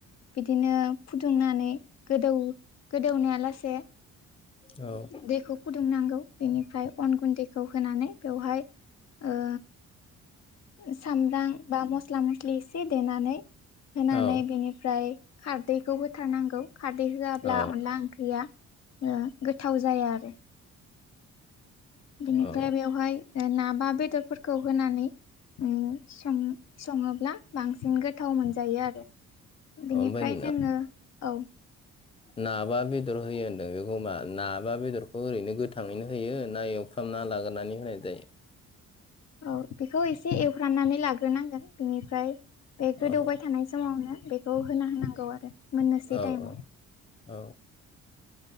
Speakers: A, on the left; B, on the left.
A: बिदिनो फुदुंनानै गोदौ गोदौनाया लासे
B: औ
A: दैखौ फुदुंनांगौ बेनिफ्राय अन गुन्दैखौ होनानै बेवहाय ओ सामब्राम बा मस्ला मस्लि एसे देनानै होनानै
B: औ
A: बेनिफ्राय खारदैखौ होथारनांगौ खारदै होआब्ला
B: औ
A: अनला ओंख्रिया गोथाव जाया आरो बेनिफ्राय
B: औ
A: बेवहाय ना बा बेदरफोरखौ होनानै सं संङोब्ला बांसिन गोथाव मोनजायो आरो बिनिफ्राय
B: ओमफ्राय
A: जोंङो औ
B: ना बा बेदर होयो होनदों बेखौ मा ना बा बेदरखौ ओरैनो गोथाङैनो होयो ना एव खांना लाग्रानै होनाय जायो?
A: औ बेखौ एसे एवफ्राननानै लाग्रोनांगोन बेनिफ्राय बे गोदौबाय
B: औ
A: थानाय समावनो बेखौ होना होनांगौ आरो। मोननोसै
B: औ
A: टाइमाव
B: औ औ